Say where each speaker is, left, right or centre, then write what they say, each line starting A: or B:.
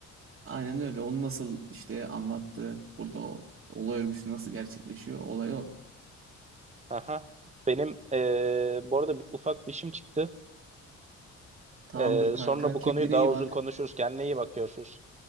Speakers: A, on the right; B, on the right.
A: Aynen öyle. Onu nasıl işte anlattı. Burada o olay örgüsü nasıl gerçekleşiyor? Olay o.
B: Aha. Benim e, bu arada bir, ufak bir işim çıktı.
A: Tamamdır
B: Ee,
A: kanka.
B: sonra bu
A: Kendine
B: konuyu daha
A: iyi
B: uzun
A: bak.
B: konuşuruz. Kendine iyi bak, görüşürüz.